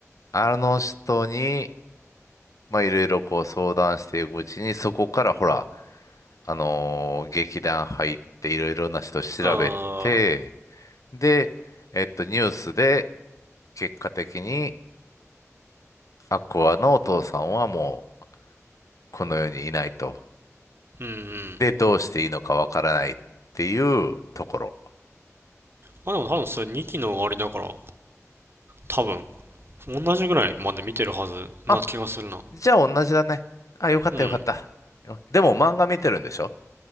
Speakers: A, on the left; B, on the right.
A: あの人に、まあ、いろいろこう相談していくうちに、そこからほら、あのー劇団入っていろいろな人調べて、
B: ああ、
A: で、えっと、ニュースで、結果的に、アクアのお父さんはもう、この世にいないと。
B: うんうん。
A: で、どうしていいのかわからないっていうところ。
B: あ、でも多分それ2期の終わりだから、多分、同じぐらいまで見てるはずな気がするな。
A: あ、じゃあ同じだね。あ、よかったよかった。
B: うん。
A: よでも漫画見てるんでしょ